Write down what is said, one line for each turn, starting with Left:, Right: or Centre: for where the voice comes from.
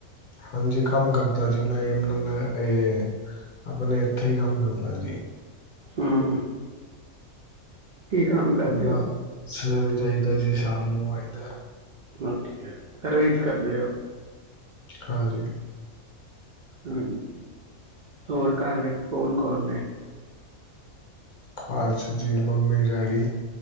Left: ਹਾਂਜੀ ਕੰਮ ਕਰਦਾ ਜੀ, ਯਮਨਾਗਰ ਏ ਮੈਂ ਮ ਇਹ ਆਪਣੇ ਇੱਥੇ ਹੀ ਕੰਮ ਕਰਦਾ ਜੀ।
Right: ਹਮ ਕੀ ਕੰਮ ਕਰਦੇ
Left: ਆਪਣਾ
Right: ਹੋ।
Left: ਸਵੇਰੇ ਜਈਦਾ ਜੀ ਸ਼ਾਮ ਨੂੰ ਆਈਦਾ।
Right: ਅੱਛਾ ਸਰਵਿਸ ਕਰਦੇ ਹੋ।
Left: ਹਾਂਜੀ,
Right: ਹਾਂਜੀ ਹੋਰ ਘਰ ਵਿੱਚ ਕੌਣ-ਕੌਣ ਨੇ,
Left: ਘਰ ਚ ਜੀ ਮੰਮੀ ਡੈਡੀ